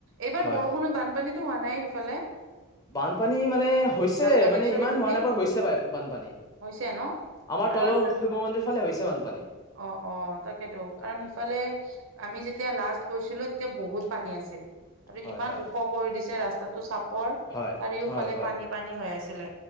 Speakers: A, on the right; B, on the left.
A: এইবাৰ
B: হয়
A: বৰষুণৰ বানপানীতো হোৱা নাই নাই এইফালে
B: বানপানী মানে হৈছে
A: গণেশৰ
B: মানে ইমান
A: এইখিনিত
B: হোৱা নাই পৰা হৈছে বানপানী
A: হৈছে ন
B: আমাৰ
A: কাৰণ
B: তলৰ শিৱ মন্দিৰ ফালে হৈছে বানপান
A: অ অ তাকেতো কাৰণ হিফালে আমি যেতিয়া লাষ্ট গৈছিলো তেতিয়া বহুত পানী আছিল। তাতে
B: হয়
A: ইমান
B: হয়
A: ওখ কৰি দিছে ৰাস্তাটো টো চাপ পৰ
B: হয়
A: চাৰিওফালে
B: হয় হয়
A: পানী পানী হৈ আছিলে